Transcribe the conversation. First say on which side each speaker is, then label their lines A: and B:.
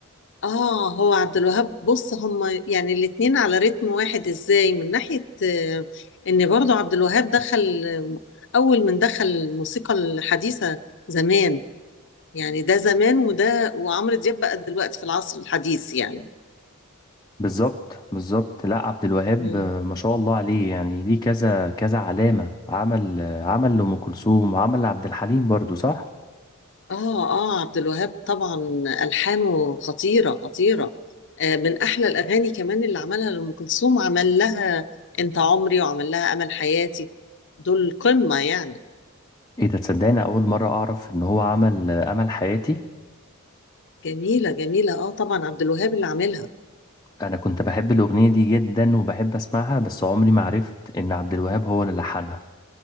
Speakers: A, on the left (about 60°); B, on the left (about 20°).
A: اه هو عبد الوهاب بص هما يعني الاتنين على رتم واحد ازاي من ناحية آه، ان برضو عبد الوهاب دخل آه، اول من دخل الموسيقى الحديثة زمان يعني ده زمان وده وعمرو دياب بقى دلوقتي في العصر الحديث يعني
B: بالظبط بالظبط لا عبد الوهاب
A: مم.
B: آه، ما شاء الله عليه يعني ليه كذا كذا علامة عمل آه، عمل لأم كلثوم وعمل لعبد الحليم برضه صح؟
A: اه اه عبد الوهاب طبعا ألحانه خطيرة خطيرة آه من أحلى الأغاني كمان اللي عملها لأم كلثوم عمل لها أنت عمري وعمل لها أمل حياتي دول قمة يعني
B: ايه ده تصدقني أول مرة أعرف إن هو عمل آه، أمل حياتي
A: جميلة جميلة اه طبعا عبد الوهاب اللي عاملها
B: أنا كنت بحب الأغنية دي جدا وبحب أسمعها بس عمري ما عرفت إن عبد الوهاب هو اللي لحنها